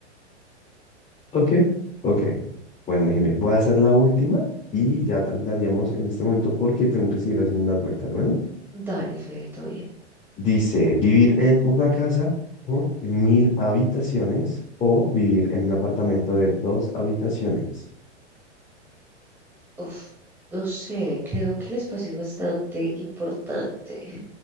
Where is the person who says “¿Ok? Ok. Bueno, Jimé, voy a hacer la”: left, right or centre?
Left